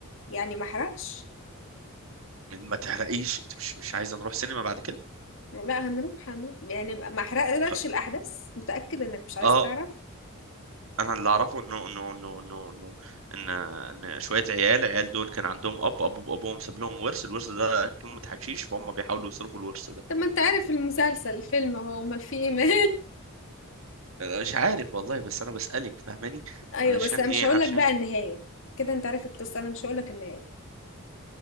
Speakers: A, on the left; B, on the right.
A: يعني ما احرقش
B: ما تحرقيش انت مش مش عايزه نروح سينما بعد كده
A: لا هنروح هنروح يعني ما احرقلكش
B: خ-
A: الاحداث متأكد انك مش عايز
B: اه
A: تعرف
B: انا اللي اعرفه انه انه انه انه انه ان ان شويه عيال عيال دول كان عندهم اب اب وابوهم ساب لهم ورث الورث ده قيمه حشيش فهم بيحاولوا يصرفوا الورث ده
A: طب ما انت عارف المسلسل الفيلم هو امال في ايه <laughs>
B: مش عارف والله بس انا بسالك فاهماني
A: ايوه
B: علشان
A: بس انا
B: ايه
A: مش هقول
B: علشان
A: لك بقى النهايه كده انت عارف القصه انا مش هقول لك النهايه